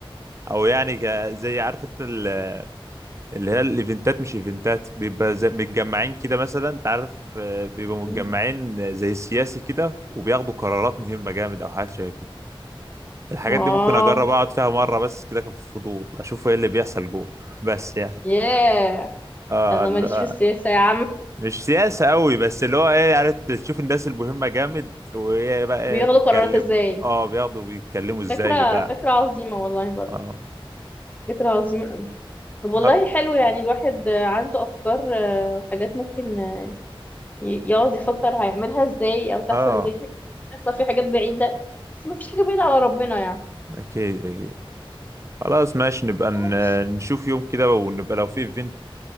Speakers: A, on the right (about 30°); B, on the left (about 15°).
A: او يعني ك- زي عارف انت ال- اللي هي الايفنتات مش ايفنتات بيبقى زي متجمعين كده مثلا انت عارف آه، بيبقوا
B: م.
A: متجمعين زي السياسي كده وبياخدوا قرارات مهمه جامد او حاجات شبه كده الحاجات
B: اه
A: دي ممكن اجرب اقعد فيها مره بس كده كفضول اشوف ايه اللي بيحصل جوه <laughs> بس يعني
B: ياه
A: اه
B: انا
A: لا
B: ماليش في السياسه يا عم
A: مش سياسه قوي بس اللي هو ايه عارف تشوف الناس المهمه جامد وايه بقى ايه
B: بياخدوا
A: بيتكلموا
B: قرارات ازاي
A: اه بياخدوا بيتكلموا ازاي
B: فكره
A: بتاع
B: فكره عظيمه والله برضه
A: اه
B: فكره عظيمه طب والله
A: خل-
B: حلو يعني الواحد عنده افكار آه، وحاجات ممكن آه، ي- يقعد يفكر هيعملها ازاي او تحصل
A: اه
B: ازاي في حاجات تحصل في حاجات بعيده بس ما فيش حاجه بعيده على ربنا يعني
A: اكيد اكيد خلاص ماشي نبقى ن-
B: ماشي
A: نشوف يوم كده ونبقى لو في ايفنت